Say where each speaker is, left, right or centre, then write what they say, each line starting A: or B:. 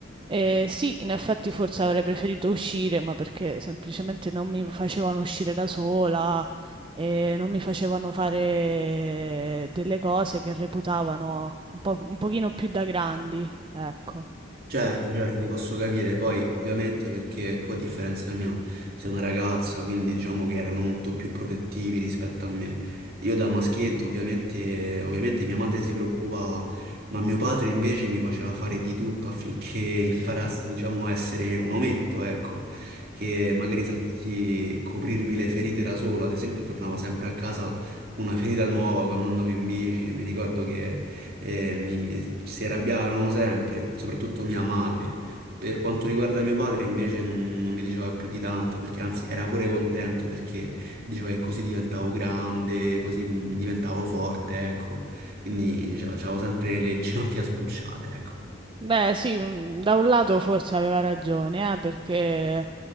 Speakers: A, on the right; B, on the right.
A: eh, sì, in effetti forse avrei preferito uscire, ma perché semplicemente non mi facevano uscire da sola, e non mi facevano fare delle cose che reputavano un po', un pochino più da grandi, ecco.
B: Certo, certo, ti posso capire, poi ovviamente perché tu a differenza mia sei una ragazza, quindi diciamo che erano molto più protettivi rispetto a me. Io da maschietto ovviamente, ovviamente mia madre si preoccupava, ma mio padre invece mi faceva fare di tutto affinché <laughs> imparassi, diciamo, a essere un ometto, ecco, che magari sapessi coprirmi le ferite da solo, ad esempio tornavo sempre a casa con una ferita nuova quando andavo in bici e mi ricordo che eh, mi- si arrabbiavano sempre, soprattutto mia madre. Per quanto riguarda mio padre, invece, non, non mi diceva più di tanto, perché anzi era pure contento perché diceva che così diventavo grande, così mm, diventavo forte, ecco. Quindi avevo sempre le ginocchia sbucciate, ecco.
A: Beh, sì, mm, da un lato forse aveva ragione, eh, perché